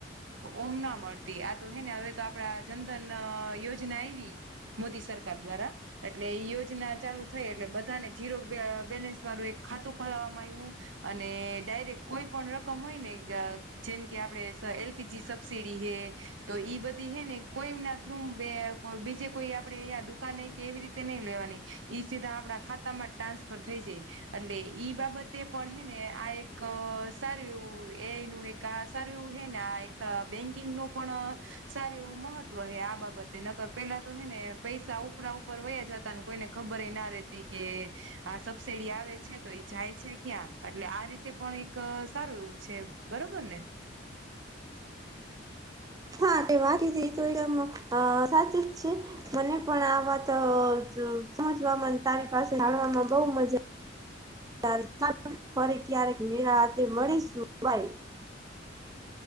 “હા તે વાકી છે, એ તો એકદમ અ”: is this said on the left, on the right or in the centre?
Right